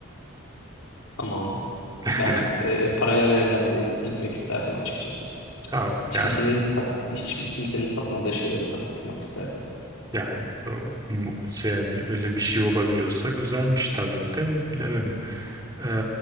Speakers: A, on the left; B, on the right.
A: Tamam.
B: <laughs>
A: Ben e, paralel evrende gitmek isterdim açıkçası.
B: Tamam
A: Hiç
B: yani
A: kimsenin tat, hiç kimsenin tatmadığı şeyleri tatmak isterdim.
B: yani o, mu- şey yani öyle bir şey olabiliyorsa güzelmiş tabii de bilemedim. Ee,